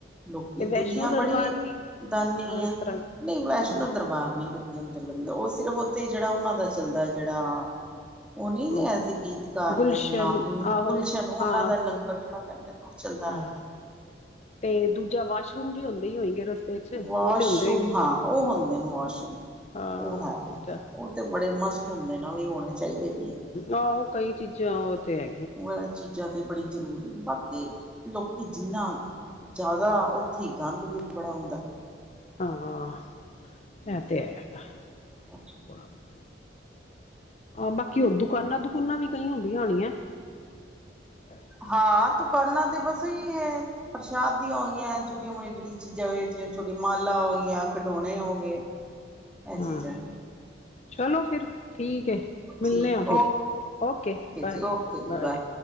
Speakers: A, in the centre; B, on the left.
A: ਲੋਕੀ
B: ਤੇ ਵੈਸ਼ਨੋ
A: ਦੁਨੀਆਂ
B: ਦਰਬਾਰ
A: ਬੜੀ
B: ਵੀ
A: ਦਾਨੀ
B: ਹਾਂ ਇਸ
A: ਹੈ
B: ਤਰ੍ਹਾਂ ਹੀ
A: ਨਹੀਂ ਵੈਸ਼ਨੋ
B: ਹਾਂ
A: ਦਰਬਾਰ ਨਹੀਂ ਲੱਗਿਆ। ਅੰਦਰ ਲੰਗਰ ਉਹ ਸਿਰਫ ਉੱਥੇ ਹੀ ਜਿਹੜਾ ਉਹਨਾਂ ਦਾ ਚੱਲਦਾ ਜਿਹੜਾ ਉਹ ਨਹੀਂ
B: ਹਾਂ
A: ਹੈ ਸੀ ਗੀਤ। ਕਾਰਮਨ
B: ਗੁਲਸ਼ਨ
A: ਨਾਮ ਨੀ
B: ਆਹੋ
A: ਗੁਲਸ਼ਨ ਉਹਨਾਂ
B: ਹਾਂ
A: ਦਾ ਲੰਗਰ ਜਿਹੜਾ ਕਹਿੰਦੇ ਨੇ ਚੱਲਦਾ
B: ਹਾਂ
A: ਰਹਿੰਦਾ
B: ਤੇ ਦੂਜਾ ਵਾਸ਼ਰੂਮ ਵੀ ਹੁੰਦੇ ਹੀ ਹੋਏਗੇ ਰਸਤੇ ਚ
A: ਵਾਸ਼ਰੂਮ
B: ਉਹ ਤੇ ਹੁੰਦੇ ਹੋਏਗੇ
A: ਹਾਂ ਉਹ ਹੁੰਦੇ ਨੇ ਵਾਸ਼ਰੂਮ।
B: ਹਾਂ
A: ਉਹ ਹੈ
B: ਚੀਜ਼ਾਂ
A: ਉਹ ਤੇ ਬੜੇ ਮਸਟ ਹੁੰਦੇ ਨਾ ਵੀ ਹੋਣੇ ਚਾਹੀਦੇ ਵੀ ਆ।
B: ਆਹ ਉਹ ਕਈ ਚੀਜ਼ਾਂ ਉਹ ਤੇ ਹੈ।
A: ਉਹ ਇਹ ਚੀਜ਼ਾਂ ਤੇ ਬੜੀ ਜ਼ਰੂਰੀ ਨੇ ਬਾਕੀ ਲੋਕੀ ਜਿੰਨਾ ਜ਼ਿਆਦਾ ਉੱਥੇ ਹੀ ਗੰਦ ਵੀ ਬੜਾ ਹੁੰਦਾ।
B: ਹਾਂ ਇਹ ਤੇ ਹੈ ਹੈਗਾ
A: ਹੈ।
B: ਥੋੜਾ ਬਹੁਤਾ ਬਾਕੀ ਹੋਰ ਦੁਕਾਨਾਂ ਦਕੁਨਾ ਵੀ ਕਈ ਹੁੰਦੀਆਂ ਹੋਣੀਆਂ‌। <unintelligible>
A: ਹਾਂ ਦੁਕਾਨਾਂ ਤੇ ਬਸ ਏਹੀ ਹੈ ਪ੍ਰਸ਼ਾਦ ਦੀਆਂ ਹੋਈਆਂ ਛੋਟੀਆਂ ਮੋਟੀਆਂ ਜਿਹੜੀ ਚੀਜ਼ਾਂ ਜਿਵੇ ਛੋਟੀੀਆਂ ਮਾਲਾ ਹੋ ਗਈਆਂ, ਖਡੋਣੇ ਹੋ ਗਏ ਇਹ ਚੀਜ਼ਾਂ
B: ਹਾਂ ਚਲੋ ਫਿਰ ਠੀਕ ਹੈ ਮਿਲਦੇ
A: ਠੀਕ
B: ਹਾਂ ਫਿਰ
A: ਓ
B: ਓਕੇ ਬਾਏ
A: ਜੀ ਓਕੇ ਜੀ
B: ਬਾਏ।